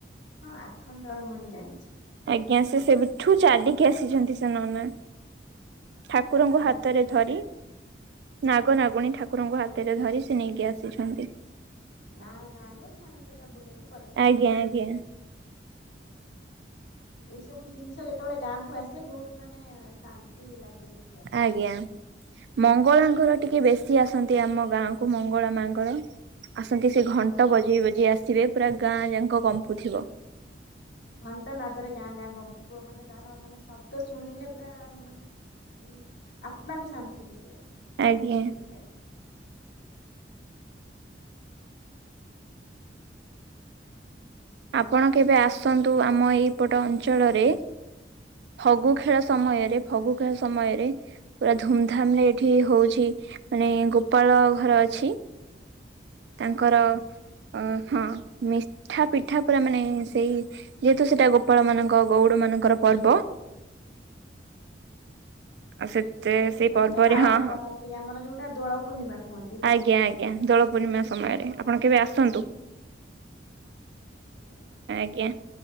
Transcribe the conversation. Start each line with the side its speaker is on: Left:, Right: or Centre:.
Left: ହଁ ଆଖଣ୍ଡଳମଣି ଜାଣିଚି।
Right: ଆଜ୍ଞା ସେ ସେବେଠୁ ଚାଲିକି ଆସିଛନ୍ତି ସେମାନେ। ଠାକୁରଙ୍କୁ
Left: ମାନେ
Right: ହାତରେ ଧରି ନାଗ ନାଗୁଣୀ ଠାକୁରଙ୍କୁ ହାତରେ ଧରି ସେ ନେଇକି ଆସିଛନ୍ତି।
Left: ଗାଁ ଗାଁ ରେ ମାନେ ସେଇଟା ବୁଲେଇିକି ପରିକ୍ରମା
Right: ଆଜ୍ଞା
Left: କରୁଛ
Right: ଆଜ୍ଞା
Left: ଏଇ ସବୁ ଜିନିଷ ଯେତେବେଳେ ଗାଁ କୁ ଆସେ ବହୁତ ମାନେ ଶାନ୍ତି ଲାଗେ। ଦେଖିବା ପାଇଁ।
Right: ଆଜ୍ଞା ମଙ୍ଗଳାଙ୍କର ଟିକେ ବେଶୀ ଆସନ୍ତି ଆମ ଗାଁକୁ ମଙ୍ଗଳା ମାଙ୍କର ଆସନ୍ତି ସେ
Left: ମଙ୍ଗଳା
Right: ଘଣ୍ଟ
Left: ମାଙ୍କ
Right: ବଜେଇ ବଜେଇ ଆସିବେ ପୁରା ଗାଁ ଯାଙ୍କ କମ୍ପୁଥିବ।
Left: ଘଣ୍ଟ ନାଦରେ ଗାଁ ଗାଁ କମ୍ପିବ ମାନେ ତାର ମାନେ ଶବ୍ଦ ଶୁଣିଲେ ପୁରା ମାନେ ହୁଁ ଆତ୍ମା କୁ ଶାନ୍ତି ହେଇଯାଏ
Right: ଆଜ୍ଞା।
Left: ମିଳିଯାଏ।
Right: ଆପଣ କେବେ ଆସନ୍ତୁ ଆମ ଏଇପଟ ଅଞ୍ଚଳରେ ଫଗୁ ଖେଳ ସମୟରେ ଫଗୁ ଖେଳ ସମୟରେ ପୁରା ଧୁମଧାମ
Left: ହୁଁ
Right: ରେ ଏଠି ହଉଛି। ଛି ମାନେ ଗୋପାଳ ଘର ଅଛି।
Left: ହଁ
Right: ତାଙ୍କର
Left: ଗୋପାଳଙ୍କର।
Right: ଅ ହଁ ମି ଠା ପିଠା ପରା ମାନେ ସେଇ ଯେହେତୁ ସେଇଟା ଗୋପାଳ ମାନଙ୍କ ଗଉଡ ମାନଙ୍କର ପର୍ବ। ଆଉ ସେତ
Left: ସେମାନେ ଧୁମଧାମ
Right: ସେଇ ପର୍ବରେ
Left: ରେ ପାଳନ
Right: ହଁ ହଁ,
Left: କରନ୍ତି ଆମର ଯୋଉଟା ଦୋଳ ପୂର୍ଣ୍ଣିମା କୁହନ୍ତି ତ।
Right: ଆଜ୍ଞା ଆଜ୍ଞା। ଦୋଳ ପୂର୍ଣ୍ଣିମା ସମୟରେ ଆପଣ କେବେ ଆସନ୍ତୁ।
Left: ଉ-ଉ-ଉ
Right: ଆଜ୍ଞା